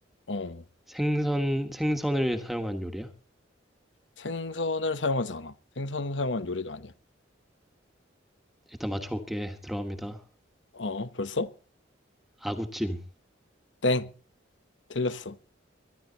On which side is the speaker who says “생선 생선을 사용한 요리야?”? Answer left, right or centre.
Centre